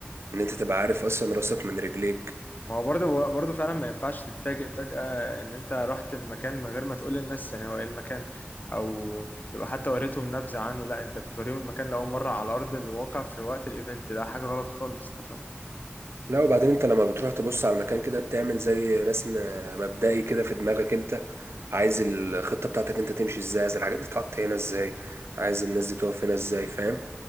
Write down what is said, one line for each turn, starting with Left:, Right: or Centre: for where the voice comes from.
Right: ان انت تبقى عارف اصلا راسك من رجليك
Left: ما هو برضه برضه فعلا ما ينفعش تتفاجئ فجأة إن أنت رحت المكان من غير ما تقول للناس يعني هو إيه المكان أو تبقى حتى وريتهم نبذة عنه لا أنت بتوريهم المكان لأول مرة على أرض الواقع في وقت الإيفنت ده حاجة غلط خالص تفهم
Right: لا وبعدين انت لما بتروح تبص على المكان كده بتعمل زي رسم مبدئي كده في دماغك انت عايز الخطة بتاعتك انت تمشي ازاي عايز الحاجات دي تتحط هنا ازاي عايز الناس دي تقف هنا ازاي فاهم